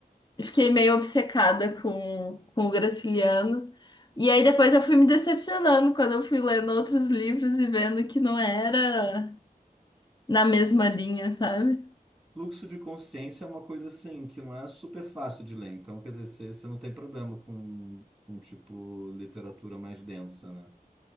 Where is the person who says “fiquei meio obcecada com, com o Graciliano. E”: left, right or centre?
Left